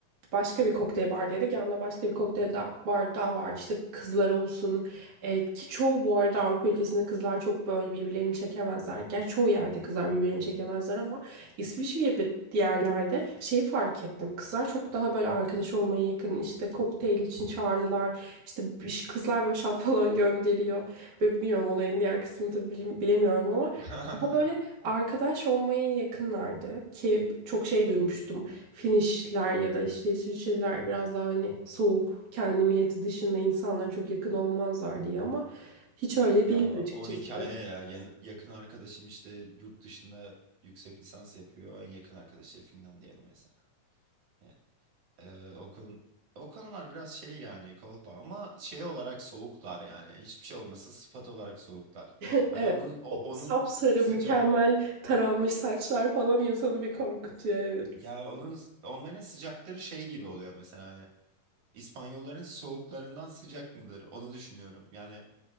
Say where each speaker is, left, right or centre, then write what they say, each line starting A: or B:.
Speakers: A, on the right (about 80°); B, on the right (about 55°).
A: başka bir kokteyl bardaydık. Yanında başka bir kokteyl daha, bar daha vardı. İşte kızlar olsun E, ki çoğu bu arada Avrupa ülkesinde kızlar çok böyle birbirlerini çekemezler. Gerçi çoğu yerde kızlar birbirlerini çekemezler ama İsviçre gibi diğerlerde şeyi fark ettim. Kızlar çok daha böyle arkadaş olmaya yakın işte kokteyl için çağırdılar. İşte bir- kızlar böyle şat falan <laughs> gönderiyor. Ve Bilmiyorum olayın diğer kısmını da bilim- bilemiyorum ama
B: <laughs>
A: daha böyle arkadaş olmaya yakınlardı ki çok şey duymuştum. Finişler ya da işte İsviçreliler biraz daha hani soğuk, kendi milleti dışında insanlara çok yakın olmazlar diye ama hiç öyle
B: Ya
A: değildi açıkçası.
B: o hikaye ya Yan- yakın arkadaşım işte yurt dışında yüksek lisans yapıyor. En yakın arkadaşı Finlandiyalı mesela. Ya, Ee, o konu, o konular biraz şey yani kolpa ama şey olarak soğuklar yani. Hiçbir şey olmasa sıfat olarak soğuklar.
A: <laughs>
B: Hani
A: Evet.
B: onun o-
A: O
B: onun
A: sapsarı,
B: sıcağı
A: mükemmel taranmış saçlar falan insanı bir korkutuyor evet.
B: ya onun onların sıcakları şey gibi oluyor mesela hani İspanyolların soğuklarından sıcak mıdır onu düşünüyorum. Yani